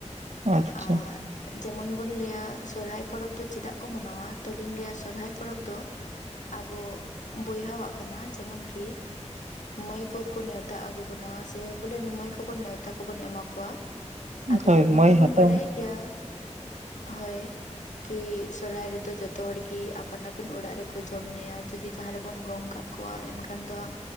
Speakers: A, on the right (about 70°); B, on the left (about 90°).
A: ᱟᱪᱪᱷᱟ
B: ᱟᱨ ᱡᱮᱢᱚᱱ ᱵᱚᱱ ᱞᱟᱹᱭᱟ ᱥᱚᱨᱦᱟᱭ ᱯᱚᱨᱚᱵᱽ ᱫᱚ ᱪᱮᱫᱟᱜ ᱠᱚ ᱢᱟᱱᱟᱣᱟ ᱛᱳᱞᱤᱧ ᱞᱟᱹᱭᱟ ᱥᱚᱨᱦᱟᱭ ᱯᱚᱨᱚᱵᱽ ᱫᱚ ᱟᱵᱚ ᱵᱚᱭᱦᱟᱣᱟᱜ ᱠᱟᱱᱟ ᱡᱮᱢᱚᱱᱠᱤ᱾ ᱢᱟᱹᱭ ᱠᱚᱠᱚ ᱱᱮᱛᱟ ᱛᱟᱜ ᱟᱜᱩ ᱵᱚᱱᱟ ᱥᱮ ᱵᱚᱞᱮ ᱢᱟᱹᱭ ᱠᱚᱵᱚᱱ ᱱᱮᱣᱛᱟ ᱠᱚᱵᱚᱱ ᱮᱢᱟ ᱠᱚᱣ ᱠᱚᱣᱟ, ᱟᱫᱚ
A: ᱦᱳᱭ
B: ᱚᱱᱟ
A: ᱢᱟᱹᱭ
B: ᱢᱟᱵᱚᱱ
A: ᱦᱟᱛᱟᱣ
B: ᱵᱟᱰᱟᱭ ᱜᱮᱭᱟ᱾ ᱦᱳᱭ ᱠᱤ ᱥᱚᱦᱚᱨᱟᱭ ᱨᱮᱫᱚ ᱡᱚᱛᱚ ᱦᱚᱲ ᱜᱤ ᱟᱯᱟᱱ ᱟᱹᱯᱤᱱ ᱚᱲᱟᱜ ᱨᱮᱠᱚ ᱡᱚᱢ ᱧᱩᱭᱟ ᱡᱩᱫᱤ ᱡᱟᱦᱟᱸ ᱨᱮᱵᱚᱱ ᱜᱚᱝ ᱠᱟᱜ-ᱟ ᱮᱱᱠᱷᱟᱱ ᱫᱚ ᱦᱟᱸᱜ